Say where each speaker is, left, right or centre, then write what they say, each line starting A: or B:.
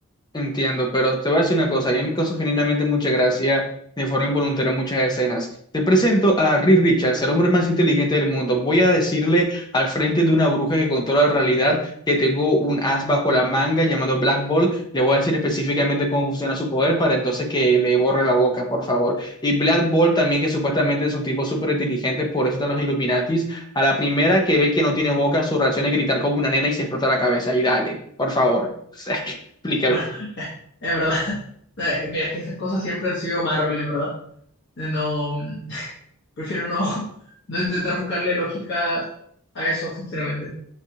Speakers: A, on the left (about 20°); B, on the left (about 55°).
A: Entiendo, pero te voy a decir una cosa, a mí me causó genuinamente mucha gracia de forma involuntaria muchas escenas. Te presento a Reed Richards, el hombre más inteligente del mundo. Voy a decirle al frente de una bruja que controla la realidad que tengo un as bajo la manga llamado Black Ball. Le voy a decir específicamente cómo funciona su poder para entonces que le borre la boca, por favor. Y Black Ball también, que supuestamente es un tipo súper inteligente, por eso están los Illuminatis. A la primera que ve que no tiene boca, su reacción es gritar como una nena y se explota la cabeza. Y dale, por favor. <laughs> O sea, explícame.
B: <laughs> Es verdad. <laughs> Eh, Mira, es que esas cosas siempre han sido Marvel, en verdad. Eh, No, <laughs> prefiero no, no intentar buscarle lógica a eso, sinceramente.